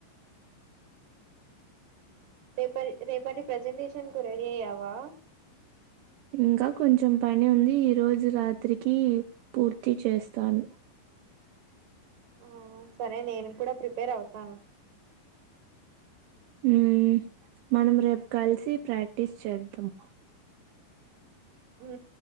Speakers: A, on the right (about 55°); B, on the right (about 80°).
A: రేపరి రేపటి ప్రజెంటేషన్ కు రెడీ అయ్యావా
B: ఇంకా కొంచెం పని ఉంది ఈ రోజు రాత్రికి పూర్తి చేస్తాను
A: ఆ సరే నేను కూడా ప్రిపేర్ అవుతాను
B: ఉ మనం రేపు కలిసి ప్రాక్టీస్ చేద్దాం
A: ఉ